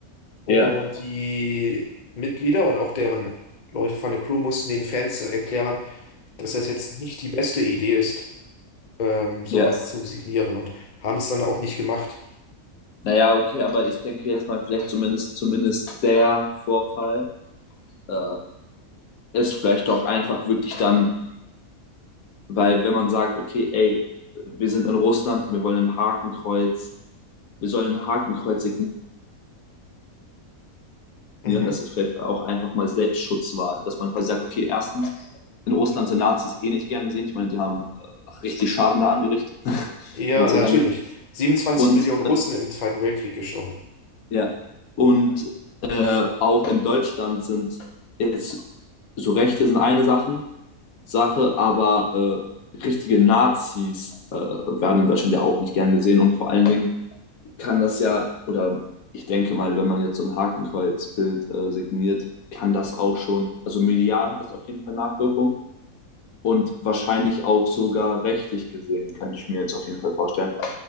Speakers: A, on the left (about 45°); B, on the left (about 75°).
A: Und
B: ja,
A: die Mitglieder und auch deren Leute von der Crew mussten den Fans erklären, dass das jetzt nicht die beste Idee ist, ähm, sowas
B: ja.
A: zu signieren und haben es dann auch nicht gemacht.
B: Naja, okay, aber ich denke jetzt mal, vielleicht zumindest, zumindest der Vorfall äh, ist vielleicht auch einfach wirklich dann, weil wenn man sagt, okay, ey, wir sind in Russland, wir wollen ein Hakenkreuz, wir sollen ein Hakenkreuz signieren,
A: Mhm.
B: dass es vielleicht auch einfach mal Selbstschutz war, dass man quasi sagt, okay, erstens, in Russland sind Nazis eh nicht gern gesehen, ich meine, die haben äh, richtig Schaden da angerichtet, <laughs> wenn
A: Ja,
B: man es
A: natürlich.
B: so sagen will.
A: 27
B: Und
A: Millionen
B: äh,
A: Russen im Zweiten Weltkrieg gestorben.
B: Ja. Und äh, auch in Deutschland sind jetzt so Rechte sind eine Sache, Sache, aber äh, richtige Nazis äh, werden in Deutschland ja auch nicht gern gesehen. Und vor allen Dingen kann das ja, oder ich denke mal, wenn man jetzt so ein Hakenkreuzbild äh, signiert, kann das auch schon, also medial hat das auf jeden Fall Nachwirkung und wahrscheinlich auch sogar rechtlich gesehen, kann ich mir jetzt auf jeden Fall vorstellen.